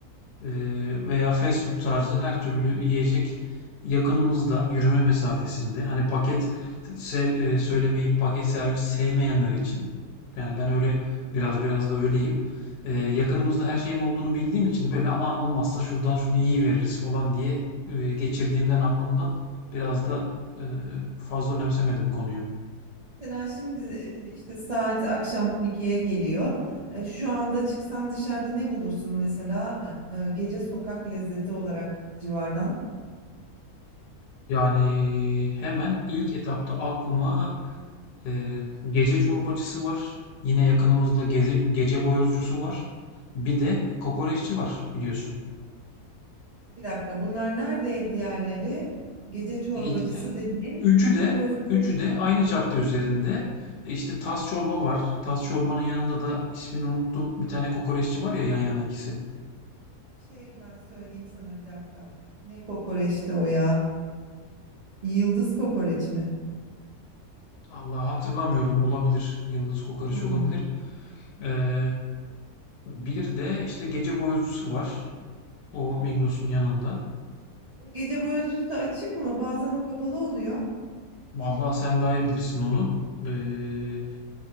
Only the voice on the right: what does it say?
Mesela şimdi e, işte saat akşam 12'ye geliyor. E, Şu anda çıksan dışarıda ne bulursun mesela? E, e, Gece sokak lezzeti olarak civardan.
Bir dakika, bunlar nerede diğerleri? Gece çorbacısı
dediğim
profil
şey ben söyleyeyim sana bir dakika. Ne kokoreçti o ya? Yıldız kokoreç mi?
Hmm.
O gece boyozcusu açık mı? Bazen o kapalı oluyor.